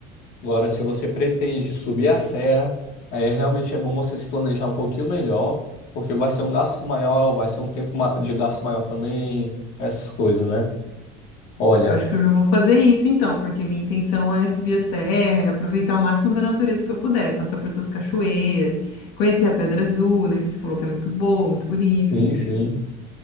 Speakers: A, on the left; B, on the left.
A: Agora, se você pretende subir a serra, aí realmente é bom você se planejar um pouquinho melhor, porque vai ser um gasto maior, vai ser um tempo ma- de gasto maior também, essas coisas, né? Olha,
B: Eu acho que eu já vou fazer isso então, porque minha intenção é subir a serra, é aproveitar o máximo da natureza que eu puder, passar por todas as cachoeiras, conhecer a Pedra Azul, né, que você falou que é muito boa, muito bonita.
A: sim, sim.